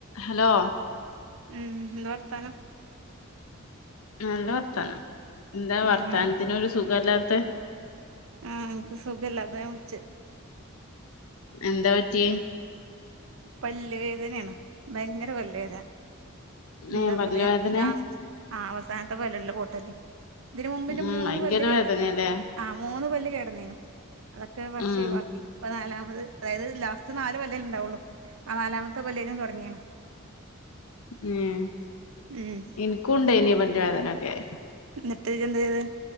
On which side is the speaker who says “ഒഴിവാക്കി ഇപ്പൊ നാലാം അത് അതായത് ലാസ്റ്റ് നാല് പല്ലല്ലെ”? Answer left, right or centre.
Right